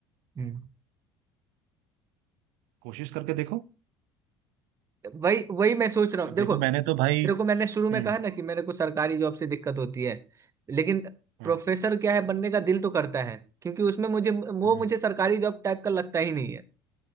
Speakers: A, on the right; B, on the right.
A: हम्म
B: कोशिश करके देखो
A: वही वही मैं सोच रहा हूँ
B: अब
A: देखो
B: देखो मैंने तो
A: तेरे
B: भाई
A: को मैंने शुरू में
B: हम्म
A: कहा ना कि मेरे को सरकारी जॉब से दिक्कत होती है लेकिन
B: हाँ
A: प्रोफेसर क्या है बनने का दिल तो करता है क्योंकि उसमें मुझे वो
B: हम्म
A: मुझे सरकारी जॉब टाइप का लगता ही नहीं है